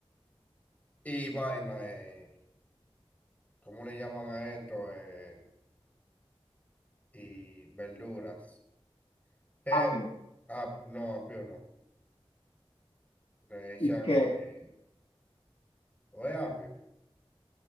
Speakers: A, on the left; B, on the left.
A: y vaina, eh, ¿cómo le llaman a esto? Eh, y verduras. Pero,
B: apio.
A: ah, no, apio no. Le echan,
B: Y que,
A: eh, eh, ¿o es apio?